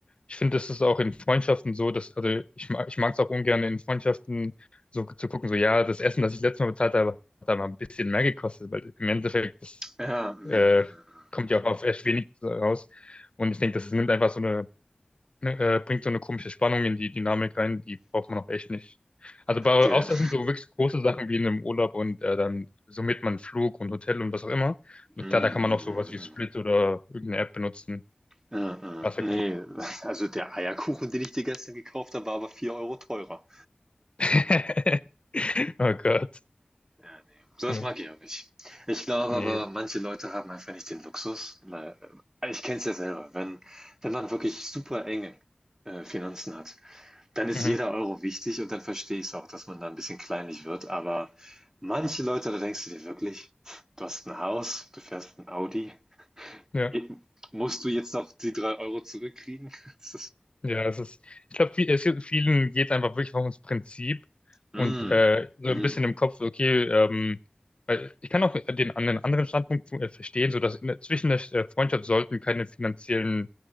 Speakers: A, on the left; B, on the right.
A: Ich finde, das ist auch in Freundschaften so, dass, also ich, ma- ich mag es auch ungern in Freundschaften so zu gucken, so ja, das Essen, das ich letztes Mal bezahlt habe, hat da mal ein bisschen mehr gekostet, weil im Endeffekt, das
B: Ja, mm,
A: äh, kommt ja auch auf echt wenig raus. Und ich denke, das nimmt einfach so eine, ne, äh, bringt so eine komische Spannung in die Dynamik rein, die braucht man auch echt nicht. Also bei
B: der,
A: außer es sind so wirklich große Sachen wie in einem Urlaub und äh, dann summiert man Flug und Hotel und was auch immer. Und
B: mm,
A: klar, da kann man
B: mm,
A: auch sowas wie Split oder irgendeine App benutzen.
B: mm, mm,
A: Was
B: mm, nee,
A: ja
B: also der Eierkuchen, den ich dir gestern gekauft habe, war aber 4 Euro teurer.
A: <laughs> Oh Gott.
B: Ja, ne, sowas
A: Hm.
B: mag ich auch nicht. Ich glaube
A: Nee.
B: aber, manche Leute haben einfach nicht den Luxus, weil, äh, ich kenne es ja selber, wenn, wenn man wirklich super enge äh, Finanzen hat, dann ist
A: Mhm.
B: jeder Euro wichtig und dann verstehe ich es auch, dass man da ein bisschen kleinlich wird. Aber manche Leute, da denkst du dir wirklich, du hast ein Haus, du fährst ein Audi,
A: Ja,
B: eh, musst du jetzt noch die drei Euro zurückkriegen? <laughs> Das ist,
A: ja, es ist, ich glaube, viel, es gibt, vielen geht einfach wirklich auch ums Prinzip
B: mm,
A: und äh, so
B: mm,
A: ein bisschen im Kopf, so, okay, ähm, weil ich kann auch den, an den anderen Standpunkt äh, verstehen, so dass in, der- zwischen der äh, Freundschaft sollten keine finanziellen